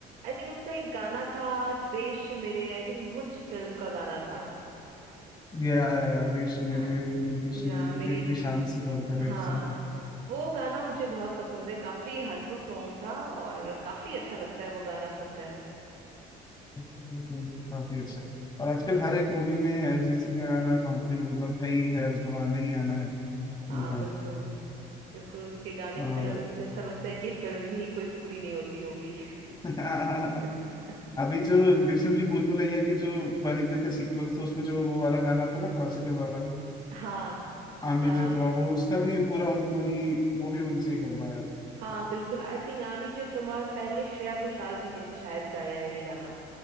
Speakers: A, on the right; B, on the left.
A: आई थिंक उसका एक गाना था देश मेरे आई थिंक भुज फिल्म का गाना था
B: ये आया देश मेरे
A: या
B: देश
A: या
B: मेरे
A: मेरी
B: तेरी शान से बढ़कर
A: हाँ
B: एक शान
A: वो गाना मुझे बहुत पसंद है काफी हार्टफुल सॉन्ग था और काफी अच्छा लगता है वो गाना सुनकर
B: काफी अच्छा और आजकल हर एक मूवी में अरिजीत सिंह का गाना कंपनी मतलब है ही है उसको आना ही आना है
A: हाँ
B: उनका
A: बिल्कुल बिल्कुल उसके गाने
B: और
A: के बिना तो मुझे ऐसा लगता है कि फिल्म ही कोई पूरी नहीं होती होगी
B: <laughs>
A: <laughs>
B: अभी जो रिसेंटली भूल भुलैया के जो बने थे सीक्वल्स तो उसमें जो वो वाला गाना था ना क्लासिकल वाला
A: हाँ
B: आमिर
A: आ,
B: जे तुम्हारा वो उसका भी पूरा उनको ही वो भी उनसे ही करवाया
A: हाँ बिल्कुल आई थिंक आमी जो तुम्हार पहले श्रेया घोषाल जी ने भी शायद गाया है ये गाना